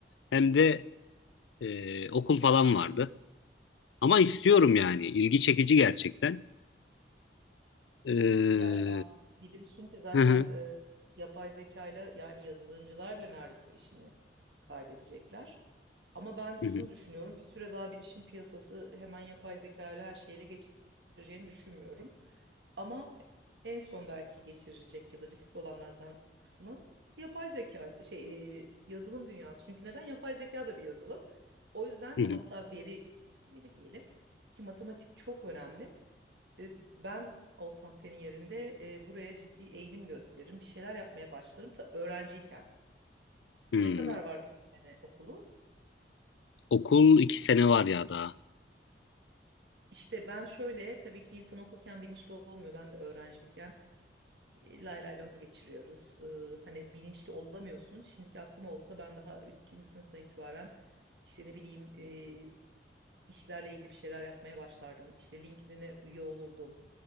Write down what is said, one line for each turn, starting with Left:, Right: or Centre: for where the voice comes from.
Left: hem de e, okul falan vardı. Ama istiyorum yani. ilgi çekici gerçekten. Ee,
Right: Ya şu
Left: <laughs>
Right: an biliyorsun ki zaten
Left: hı hı,
Right: e, yapay zekayla yani yazılımcılar bile neredeyse işini kaybedecekler. Ama ben şunu
Left: hı hı.
Right: düşünüyorum. Bir süre daha bilişim piyasası hemen yapay zekayla her şeyle geçireceğini düşünmüyorum. Ama en son belki geçirecek ya da riskli olanlardan kısmı yapay zeka şey e, yazılım dünyası. Çünkü neden? Yapay zeka da bir yazılım. O yüzden
Left: hı
Right: ve
Left: hı.
Right: hatta veri bilimi diyelim ki matematik çok önemli. E, Ben olsam senin yerinde e, buraya ciddi eğilim gösteririm. Bir şeyler yapmaya başlarım ta öğrenciyken.
Left: Hmm.
Right: Ne kadar var bitirmene okulu?
Left: Okul iki sene var ya daha.
Right: İşte ben şöyle tabii ki insan okurken bilinçli olmuyor. Ben de öğrencilikken e, lay lay lom geçiriyoruz. E, hani bilinçli olamıyorsun. Şimdiki aklım olsa ben daha ikinci sınıftan itibaren işte ne bileyim e, işlerle ilgili bir şeyler yapmaya başlardım. İşte LinkedIn'e üye olurdum.